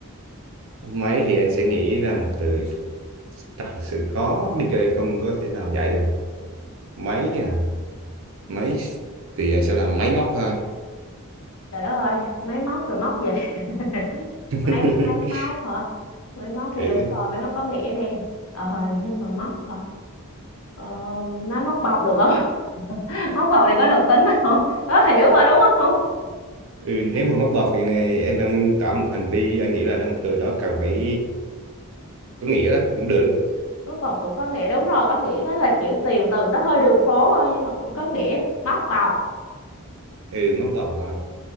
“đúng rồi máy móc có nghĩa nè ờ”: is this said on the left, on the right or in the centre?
Left